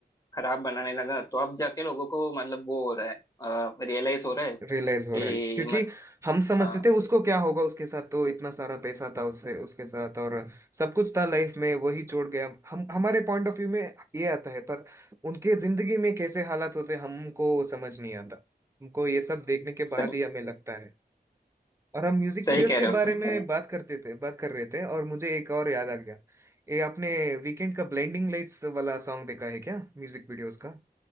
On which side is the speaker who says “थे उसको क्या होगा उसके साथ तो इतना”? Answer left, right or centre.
Right